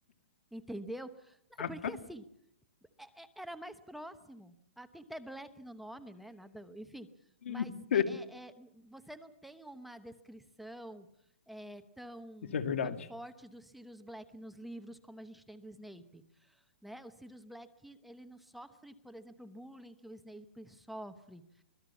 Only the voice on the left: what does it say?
<laughs>
<laughs>
Isso é verdade.